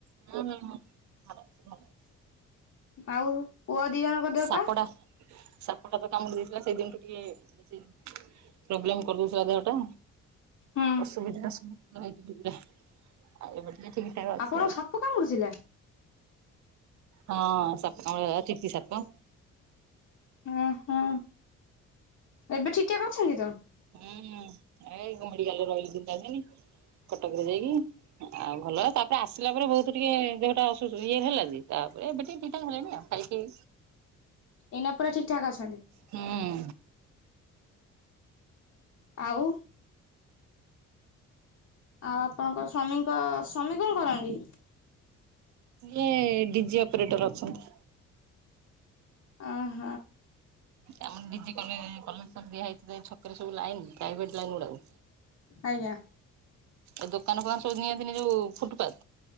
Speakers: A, on the right; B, on the left.
A: ହୁଁ ହୁଁ ହୁଁ ଭଲ ଅଛି ଭଲ ଅଛି।।
B: ଆଉ ପୁଅ ଦି ଜଣଙ୍କ ଦେହ
A: ସାପଟା
B: ପା
A: ସାପଟା ତ କାମୁଡ଼ି ଦେଇଥିଲା ସେଇ ଦିନୁଠୁ ଟିକେ ବେଶି ପ୍ରୋବ୍ଲେମ କରିଦଉଥିଲା ଦେହ ଟା।
B: ହୁଁ
A: ଅସୁବିଧାର ସମ୍ମୁଖୀନ ହେଇଥିଲି ପୁରା। ଆ ଏବେ ଟିକେ ଠିକ ଠାକ ଅଛି
B: ଆପଣ କୁ
A: ଆଉ
B: ସାପ କାମୁଡିଥିଲା!
A: ହଁ ସପ କାମ କାମୁଡ଼ି ଥିଲା ଚିତି ସାପ।
B: ଓହୋ। ଏବେ ଠିକଠାକ୍ ଅଛନ୍ତି ତ?
A: ହୁଁ ଏ ମେଡିକାଲ ରେ ରହିଲି ଦି ଚାରି ଦିନି। କଟକରେ ଯାଇକି। ଆଉ ଭଲ ତାପରେ ଆସିଲା ପରେ ବହୁତ ଟିକେ ଦେହ ଟା ଅସୁ ଇଏରେ ହେଲା ଯେ ତା ଏବେ ଟିକେ ଠିକଠାକ୍ ହେଲେଣିି ଆଉ ଖାଇକି
B: ଏଇନା ପରା ଠିକଠାକ୍ ଅଛନ୍ତି।
A: ହୁଁ
B: ଆଉ। ଆଉ ଆପଣଙ୍କ ସ୍ଵାମୀଙ୍କ ସ୍ଵାମୀ କଣ କରନ୍ତି?
A: ଇଏ ଡି ଜି ଅପରେଟର ଅଛନ୍ତି।
B: ଅହ।
A: ଆମ ଡି ଜି କଲେଜ କନେକ୍ସନ ଦିଆ ହେଇଛି ଛକରେ ସବୁ ଲାଇନ ପ୍ରାଇଭେଟ ଲାଇନ ଗୁଡାକୁ।
B: ଆଜ୍ଞା।
A: ଏ ଦୋକାନ ଫୋକାନ ସବୁ ନିଅନ୍ତିନି ଯୋଉ ଫୁଟପାଥ